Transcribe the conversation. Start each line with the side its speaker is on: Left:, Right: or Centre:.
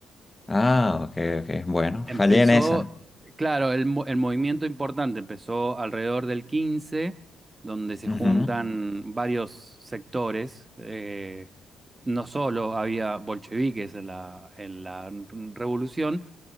Left: Ah, ok, ok, bueno,
Right: Empezó,
Left: fallé en esa.
Right: claro, el, mo- el movimiento importante empezó alrededor del 15 donde se
Left: Ujú.
Right: juntan varios sectores. eh, no solo había bolcheviques en la, en la revolución,